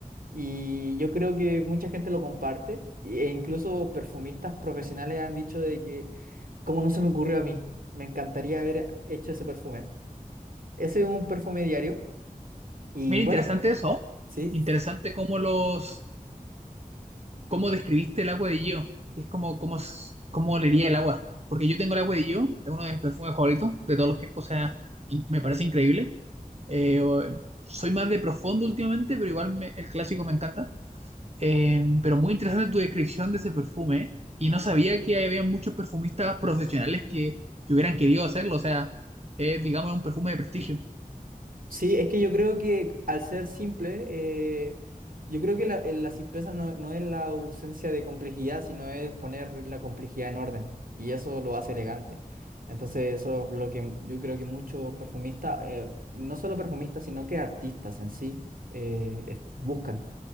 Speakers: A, on the right; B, on the right.
A: Y yo creo que mucha gente lo comparte, e incluso perfumistas profesionales han dicho de que, como no se me ocurrió a mí, me encantaría haber hecho ese perfume. Ese es un perfume diario. Y
B: Mira,
A: bueno,
B: interesante eso.
A: sí.
B: Interesante cómo los, cómo describiste el agua de Gio, que es como, cómo, s- cómo olería el agua. Porque yo tengo el agua de Gio, es uno de mis perfumes favoritos de todos los tiempos, o sea, in- me parece increíble. Eh, o- soy más de profundo últimamente, pero igual me- el clásico me encanta. Eh, pero muy interesante tu descripción de ese perfume. Y no sabía que había muchos perfumistas profesionales que, que hubieran querido hacerlo. O sea, es, digamos, un perfume de prestigio.
A: Sí, es que yo creo que al ser simple, eh, yo creo que la, eh, la simpleza no, no es la ausencia de complejidad, sino es poner la complejidad en orden. Y eso lo hace elegante. Entonces, eso es lo que yo creo que muchos perfumistas, eh, no solo perfumistas, sino que artistas en sí, eh, es- buscan.